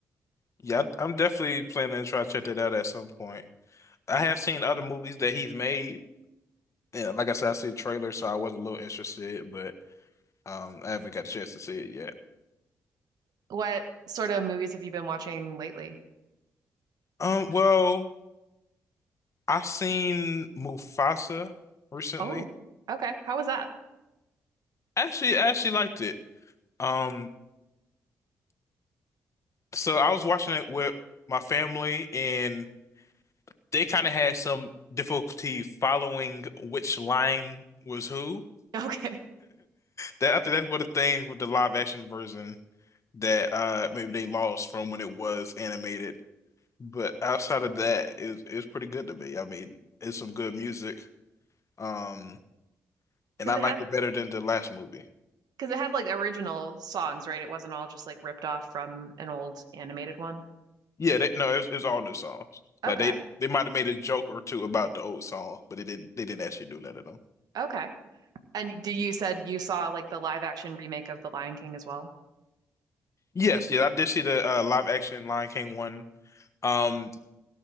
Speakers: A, on the left; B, on the right.
A: Yeah, I, am definitely planning to try to check that out at some point. I have seen other movies that he's made. Yeah, like I said, I see the trailer, so I was a little interested, but um, I haven't got a chance to see it yet.
B: What sort of movies have you been watching lately?
A: Um, well, i seen Mufasa recently.
B: Oh, okay. How was that? <laughs>
A: Actually, I actually liked it. Um, so I was watching it with my family, and they kind of had some difficulty following which line was who. <laughs>
B: Okay.
A: That I think that's one of the things with the live action version that uh maybe they lost from when it was animated. But outside of that, it's it's pretty good to me. I mean, it's some good music. Um, and
B: Because
A: I liked
B: it had
A: it better than the last movie.
B: because it had like original songs, right? It wasn't all just like ripped off from an old animated one.
A: Yeah, they, no, it was, all new songs.
B: Okay.
A: Like they they might have made a joke or two about the old song, but they didn't they didn't actually do none of them.
B: Okay. And do you said you saw like the live action remake of The Lion King as well?
A: Yes, yeah, I did see the uh, live action Lion King one. Um,